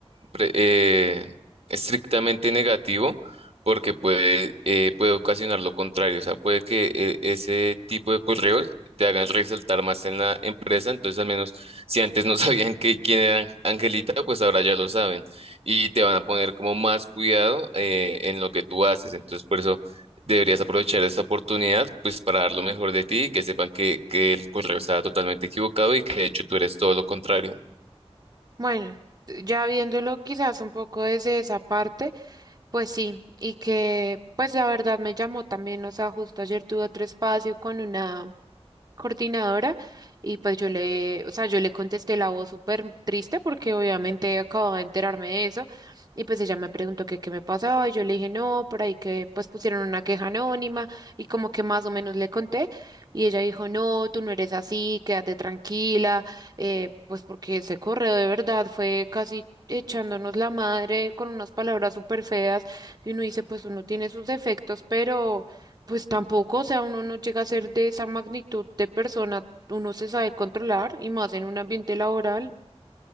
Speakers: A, on the right; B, on the right.
A: pre- eh, estrictamente negativo porque puede, eh, puede ocasionar lo contrario. O sea, puede que eh, ese tipo de correos te hagan resaltar más en la empresa. Entonces, al menos si antes no <laughs> sabían que, quién era Angelita, pues ahora ya lo saben y te van a poner como más cuidado eh, en lo que tú haces. Entonces, por eso deberías aprovechar esta oportunidad pues para dar lo mejor de ti y que sepan que, que el correo está totalmente equivocado y que de hecho tú eres todo lo contrario.
B: Bueno, ya viéndolo quizás un poco desde esa parte. Pues sí, y que pues la verdad me llamó también, o sea, justo ayer tuve otro espacio con una coordinadora y pues yo le, o sea, yo le contesté la voz súper triste porque obviamente acababa de enterarme de eso y pues ella me preguntó que qué me pasaba y yo le dije no, por ahí que pues pusieron una queja anónima y como que más o menos le conté y ella dijo no, tú no eres así, quédate tranquila, eh, pues porque ese correo de verdad fue casi... echándonos la madre con unas palabras súper feas y uno dice pues uno tiene sus defectos pero pues tampoco, o sea, uno no llega a ser de esa magnitud de persona, uno se sabe controlar y más en un ambiente laboral.